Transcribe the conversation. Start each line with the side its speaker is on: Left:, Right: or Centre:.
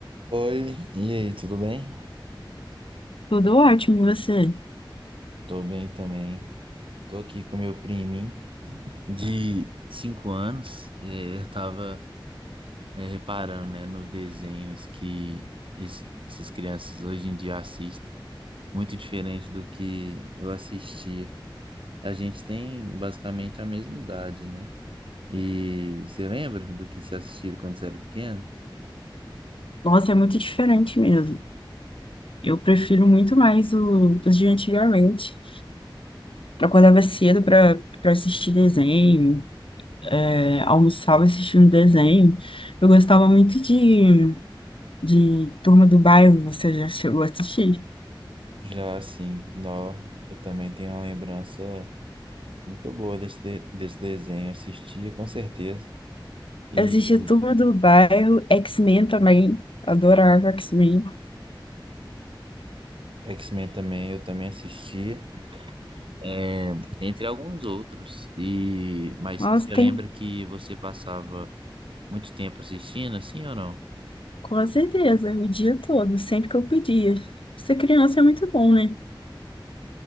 Right: Oi, e aí, tudo bem?
Left: Tudo ótimo, e você?
Right: Tô bem também. Tô aqui com meu priminho de 5 anos. É, eu tava é, reparando, né, nos desenhos que es- essas crianças hoje em dia assistem, muito diferente do que eu assistia. A gente tem basicamente a mesma idade, né? E você lembra do que se assistia quando você era pequeno?
Left: Nossa, é muito diferente mesmo. Eu prefiro muito mais o, os de antigamente. Eu acordava cedo para para assistir desenho, é, almoçava assistindo desenho. Eu gostava muito de, de Turma do Bairro, você já chegou a assistir?
Right: Já assim, nó, eu também tenho uma lembrança muito boa desse, de- desse desenho. Eu assistia com certeza. E
Left: Eu assistia Turma do Bairro, X-Men também, adorava X-Men.
Right: X-Men também, eu também assistia, é, entre alguns outros. E mas
Left: Nossa,
Right: você
Left: tem
Right: lembra que você passava muito tempo assistindo, assim ou não?
Left: com certeza, o dia todo, sempre que eu pedia. Ser criança é muito bom, né?